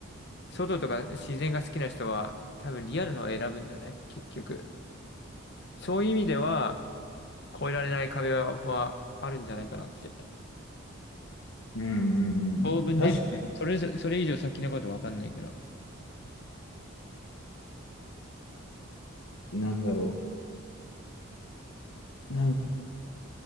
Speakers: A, on the left; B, on the left.
A: 外とか自然が好きな人は多分リアルのを選ぶんだよね、結局。そういう意味では、越えられない壁は、はあるんじゃないかなって。
B: うんうんうん。
A: 当分ね、
B: 確か
A: それ、それ以上先のことわかんないけど。
B: に、なんだろう。なん